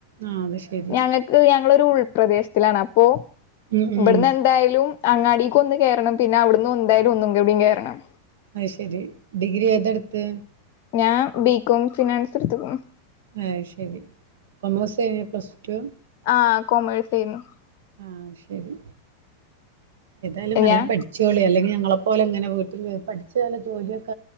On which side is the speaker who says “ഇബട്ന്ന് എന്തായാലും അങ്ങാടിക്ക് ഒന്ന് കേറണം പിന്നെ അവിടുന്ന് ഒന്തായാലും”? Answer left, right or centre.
Left